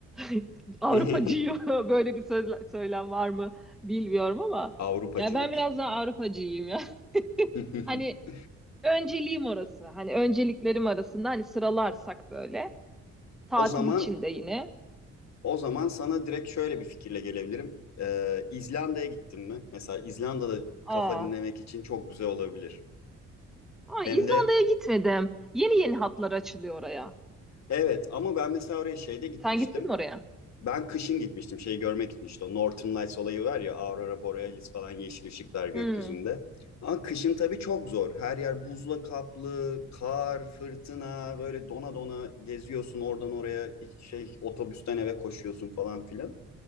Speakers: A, in the centre; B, on the left (about 65°).
A: <laughs> Avrupacıyım
B: <laughs>
A: <laughs> böyle bir söz, söylem var mı bilmiyorum ama
B: Avrupacılık.
A: ya ben biraz daha Avrupacıyım ya. <laughs>
B: <laughs>
A: Hani önceliğim orası. Hani önceliklerim arasında hani sıralarsak böyle tatil
B: O zaman
A: için de yine.
B: O zaman sana direkt şöyle bir fikirle gelebilirim. Ee, İzlanda'ya gittin mi? Mesela İzlanda'da
A: Aa,
B: kafa dinlemek için çok güzel olabilir.
A: aa
B: Hem
A: İzlanda'ya
B: de
A: gitmedim. Yeni yeni hatlar açılıyor oraya.
B: evet ama ben mesela oraya şeyde gitmiştim.
A: Sen gittin mi oraya?
B: Ben kışın gitmiştim şeyi görmek için işte o Northern Lights olayı var ya Aurora Borealis falan yeşil ışıklar gökyüzünde.
A: Hmm,
B: Ama kışın tabii çok zor. Her yer buzla kaplı, kar, fırtına böyle dona dona geziyorsun oradan oraya şey otobüsten eve koşuyorsun falan filan.